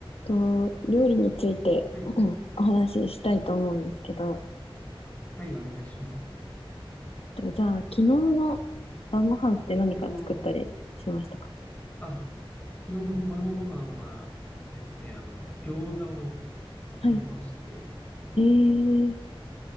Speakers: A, on the left; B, on the left.
A: と、料理について
B: はい。
A: <clears throat> うんお話ししたいと思うんですけど、
B: はい、お願いします。
A: とじゃあ、昨日の晩ご飯って何か作ったりしましたか
B: 昨日の、あ、昨日の晩ご飯はですね、あの、餃子を作りまして、
A: はい。えー、